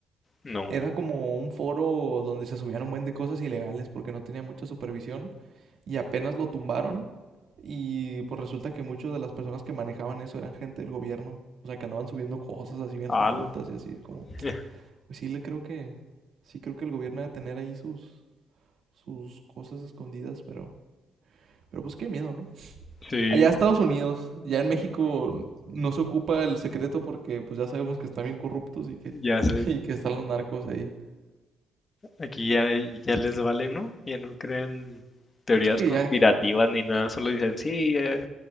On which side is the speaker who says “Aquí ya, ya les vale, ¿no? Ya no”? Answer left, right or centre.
Left